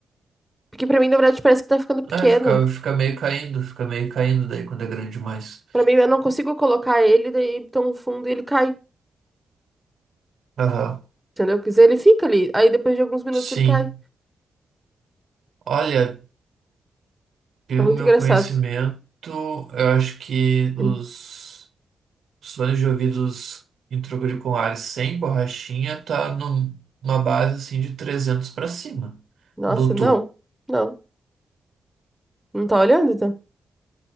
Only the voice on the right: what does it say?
é, ficava, fica meio caindo, fica meio caindo daí quando é grande demais.
Aham,
sim.
Olha, pelo
meu
conhecimento,
eu acho que os
Os fones de ouvidos em troca sem borrachinha tá num- numa base assim de 300 para cima.
Bluetooth,